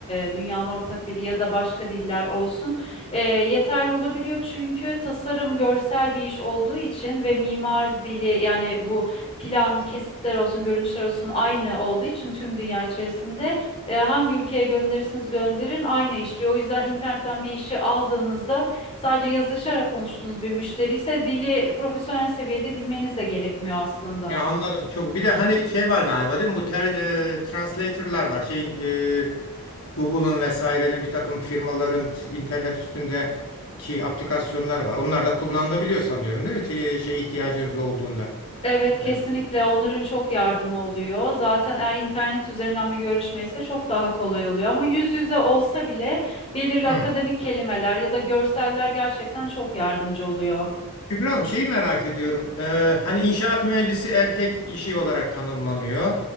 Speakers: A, on the left; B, on the left.
A: e, dünyanın ortak dili ya da başka diller olsun e, yeterli olabiliyor. Çünkü tasarım görsel bir iş olduğu için ve mimar dili yani bu plan, kesitler olsun, görünüşler olsun aynı olduğu için tüm dünya içerisinde e, hangi ülkeye gönderirsiniz gönderin aynı işliyor. O yüzden internetten bir işi aldığınızda sadece yazışarak konuştuğunuz bir müşteri ise dili profesyonel seviyede bilmeniz de gerekmiyor aslında.
B: Ya anladım çok. Bir de hani şey var galiba değil mi? Bu ter, e, translator'lar var. Şeyin e, Google'ın vesairenin bir takım firmaların t- internet üstündeki aplikasyonlar var. Onlar da kullanılabiliyor sanıyorum değil mi? T- şey ihtiyacınız olduğunda.
A: Evet kesinlikle
B: E,
A: onların çok yardımı oluyor. Zaten eğer internet üzerinden bir görüşme ise çok daha kolay oluyor. Ama yüz yüze olsa bile belirli akademik
B: Hı.
A: kelimeler ya da görseller gerçekten çok yardımcı oluyor.
B: Kübra Hanım şeyi merak ediyorum. Ee, hani inşaat mühendisi erkek işi olarak tanımlanıyor.